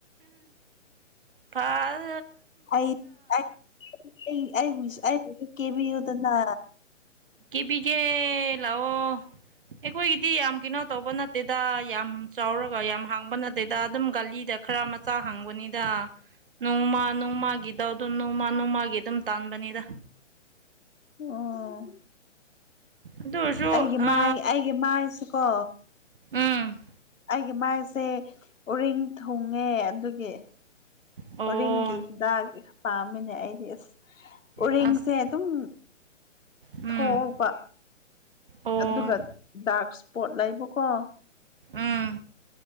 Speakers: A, on the right; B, on the left.
A: ꯐꯥꯜ
B: ꯑꯩ ꯑꯩꯕꯨ ꯀꯦꯕꯤꯌꯨꯗꯅ
A: ꯀꯦꯕꯤꯒꯦ ꯂꯥꯛꯑꯣ ꯑꯩꯈꯣꯏꯒꯤꯗꯤ ꯌꯥꯝ ꯀꯩꯅꯣ ꯇꯧꯕ ꯅꯠꯇꯦꯗ ꯌꯥꯝ ꯆꯥꯎꯔꯒ ꯌꯥꯝ ꯍꯥꯡꯕ ꯅꯠꯇꯦꯗ ꯑꯗꯨꯝ ꯒꯥꯂꯤꯗ ꯈꯔ ꯃꯆꯥ ꯍꯥꯡꯕꯅꯤꯗ ꯅꯣꯡꯃ ꯅꯣꯡꯃꯒꯤꯇꯧꯗꯨ ꯅꯣꯡꯃ ꯅꯣꯡ ꯃꯥꯒꯤ ꯑꯗꯨꯝ ꯇꯥꯟꯕꯅꯦꯗ
B: ꯑꯣ
A: ꯑꯗꯨ ꯑꯣꯏꯔꯁꯨ
B: ꯑꯩꯒꯤ
A: ꯑ
B: ꯃꯥꯏ ꯑꯩꯒꯤ ꯃꯥꯏꯁꯤꯀꯣ
A: ꯎꯝ
B: ꯑꯩꯒꯤ ꯃꯥꯏꯁꯦ ꯎꯔꯤꯡ ꯊꯨꯡꯉꯦ ꯑꯗꯨꯒꯤ
A: ꯑꯣ
B: ꯎꯔꯤꯡꯒꯤ ꯍꯤꯗꯥꯛꯀꯤ ꯄꯥꯝꯃꯤꯅꯦ ꯑꯩꯗꯤ ꯑꯁ ꯎꯔꯤꯡꯁꯦ
A: ꯑꯁ
B: ꯑꯗꯨꯝ
A: ꯎꯝ
B: ꯊꯣꯛꯄ
A: ꯑꯣ
B: ꯑꯗꯨꯒ ꯗꯥꯛ ꯁꯄꯣꯠ ꯂꯩꯕꯀꯣ
A: ꯎꯝ